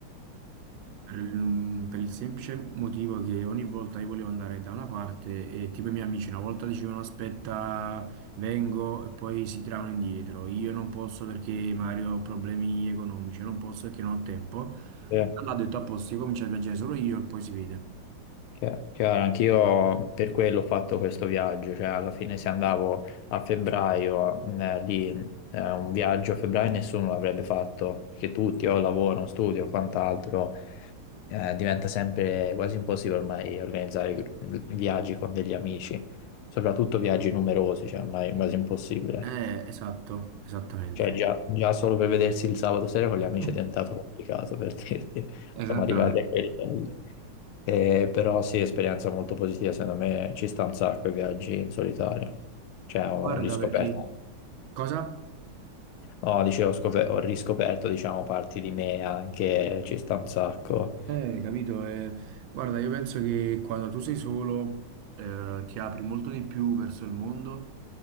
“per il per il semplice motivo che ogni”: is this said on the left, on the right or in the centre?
Right